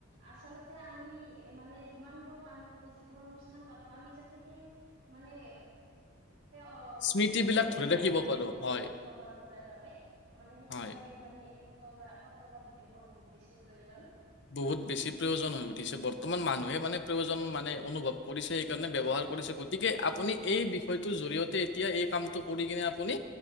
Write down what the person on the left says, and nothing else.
স্মৃতিবিলাক ধৰি
ৰাখিব পাৰো
হয়,
হয়।
বহুত
বেছি প্ৰয়োজন হৈ উঠিছে বৰ্তমান
মানুহে মানে প্ৰয়োজন মানে অনুভৱ কৰিছে। কাৰণে ব্যৱহাৰ
কৰিছে গতিকে আপুনি এই বিষয়টোৰ জৰিয়তে এতিয়া এই কামটো কৰি কিনে আপুনি?